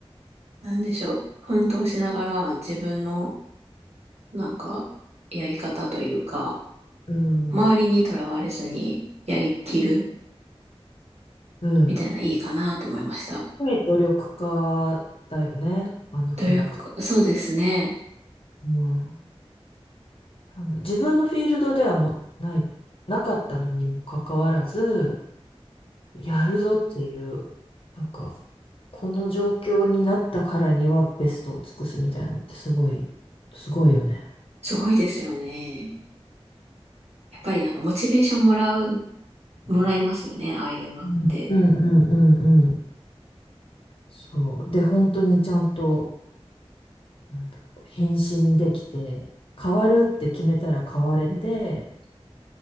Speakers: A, on the right; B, on the left.
A: なんでしょう。奮闘しながら自分のなんかやり方というか、
B: うん。
A: 周りにとらわれずにやりきる
B: うん
A: みたいないいかなと思いました。
B: すごい努力家だよね、あのキャラクター。
A: 努力か、そうですね。
B: うんあの、自分のフィールドではもうない、なかったのにもかかわらず、やるぞっていう、なんか、この状況になったからにはベストを尽くすみたいなのってすごい、すごいよね。
A: すごいですよね。やっぱりなんかモチベーションもらう、
B: う
A: もらいますよね。ああいうのって。
B: んうんうんうんうんそう。で、本当にちゃんと、なんだろう、返できて、変わるって決めたら変われて、
A: うん